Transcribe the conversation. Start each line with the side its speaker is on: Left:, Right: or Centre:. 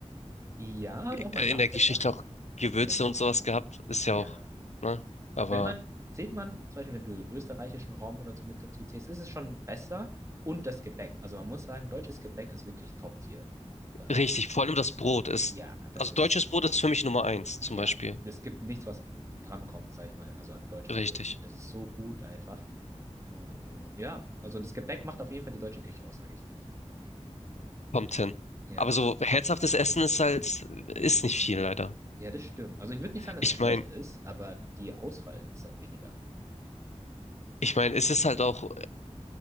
Right: ja, habe ich auch mal
Left: äh,
Right: nachgedacht.
Left: in der Geschichte auch Gewürze
Right: Ja,
Left: und sowas gehabt, ist
Right: ja.
Left: ja auch, ne? Aber
Right: Wenn man, zählt man, zum Beispiel, wenn du österreichischen Raum oder so mit dazu zählst, ist es schon besser. Und das Gebäck. Also man muss sagen, deutsches Gebäck ist wirklich Top-Tier. Da,
Left: richtig, vor allem das Brot ist,
Right: ja, das
Left: also
Right: ist,
Left: deutsches Brot ist für mich Nummer eins, zum
Right: ja,
Left: Beispiel.
Right: es gibt nichts, was drankommt, sag ich mal, also an deutschem
Left: Richtig,
Right: Brot. Das ist so gut einfach. Oh, ja, also das Gebäck macht auf jeden Fall die deutsche Küche aus, sage ich.
Left: kommt hin.
Right: Ja,
Left: Aber so herzhaftes Essen ist halt, ist nicht viel leider.
Right: ja, das stimmt. Also ich würde nicht sagen, dass
Left: Ich
Right: es schlecht
Left: meine,
Right: ist, aber die Auswahl ist halt weniger.
Left: ich meine, es ist halt auch,